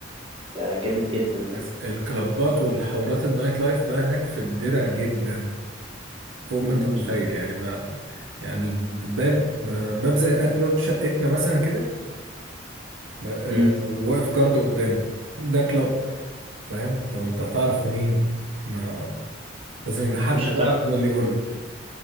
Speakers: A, on the right; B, on the right.
A: ده جامد جدا ده
B: بس الكلابات والحوارات النايت لايف بقى هناك في الدرة جدا فوق ما
A: امم
B: انت متخيل يعني ما يعني الباب باب زي قد باب شقتنا مثلا كده ما-
A: امم
B: آه، وواقف جارد قدامه ده كلاب فاهم طب انت هتعرف منين ما لازم يبقى حد
A: مش هتعرف
B: بقى هو اللي يقول لك